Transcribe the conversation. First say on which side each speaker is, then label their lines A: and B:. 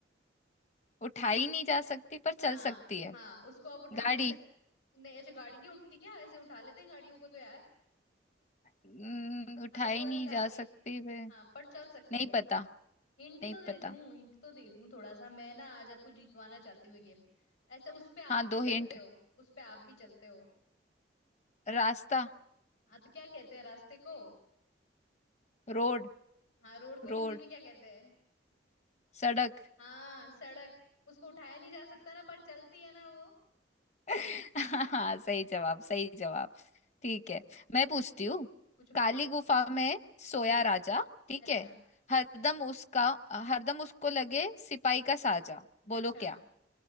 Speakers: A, on the left (about 40°); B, on the left (about 80°).
A: उठाई नहीं जा सकती पर चल
B: हाँ
A: सकती है
B: हाँ उसको आप उठा
A: गाड़ी
B: नहीं सक नहीं अच्छा गाड़ी नहीं उठती क्या ऐसे उठा लेते हैं गाड़ियों को तो यार
A: हम्म, उठाई
B: हल्का हल्का
A: नहीं जा
B: के
A: सकती वे
B: हाँ पर चल सकती
A: नहीं
B: है
A: पता
B: हिंट
A: नहीं
B: तो दे
A: पता
B: दूं हिंट तो दे दूं थोड़ा सा मैं ना आज आपको जीतवाना चाहती हूँ गेम ऐसा उस पे आप
A: हाँ दो
B: भी
A: हिंट
B: चलते हो उस पे आप भी चलते हो
A: रास्ता
B: हाँ तो क्या कहते हैं रास्ते को
A: रोड
B: हाँ रोड को हिंदी
A: रोड
B: में क्या कहते हैं
A: सड़क
B: हाँ सड़क उसको उठाया नहीं जा सकता ना पर चलती है ना वो
A: <laughs> हाँ सही जवाब सही जवाब ठीक
B: ठीक
A: है
B: है
A: मैं पूछती हूँ
B: पूछो
A: काली
B: पूछो
A: गुफा में सोया
B: हम्म
A: राजा ठीक
B: अच्छा
A: है हरदम उसका हरदम उसको लगे सिपाही का साजा
B: अच्छा
A: बोलो क्या